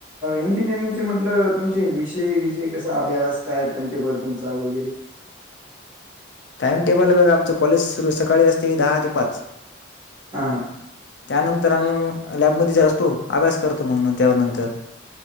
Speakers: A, on the right; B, on the left.
A: इंजिनिअरिंगचे म्हटल तुमचे विषय विषय कसा अभ्यास काय टाइमटेबल तुमचा वगैरे
B: टाइम टेबल बघ आमच कॉलेज सुरू सकाळी असते दहा ते पाच.
A: हा हा
B: त्यानंतर आम्ही मग लॅबमध्येच असतो. अभ्यास करतो मग त्यानंतर.